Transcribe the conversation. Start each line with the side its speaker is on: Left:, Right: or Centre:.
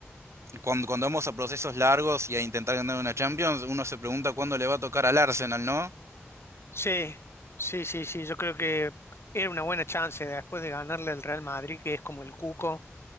Right: de- cuando, cuando vamos a procesos largos y a intentar ganar una Champions, uno se pregunta cuándo le va a tocar al Arsenal, ¿no?
Left: Sí, sí, sí, sí, yo creo que era una buena chance después de ganarle al Real Madrid, que es como el cuco,